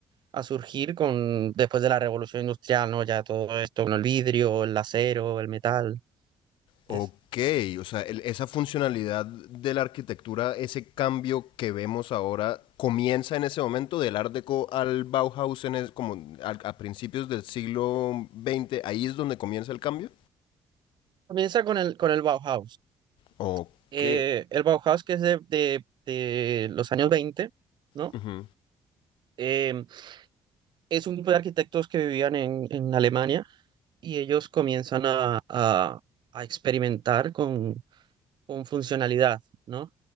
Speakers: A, on the right (about 60°); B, on the left (about 75°).
A: a surgir con, después de la revolución industrial, ¿no? Ya todo esto, con el vidrio, el acero, el metal. Es-
B: Ok, o sea, el- esa funcionalidad de la arquitectura, ese cambio que vemos ahora, comienza en ese momento del Art Deco al Bauhaus en es- como al- a, principios del siglo veinte. ahí es donde comienza el cambio.
A: comienza con el, con el Bauhaus.
B: Ok.
A: eh, el Bauhaus, que es de, de- de los años 20, ¿no?
B: Ujú,
A: Em, es un grupo de arquitectos que vivían en, en Alemania y ellos comienzan a, a- a experimentar con, con funcionalidad, ¿no?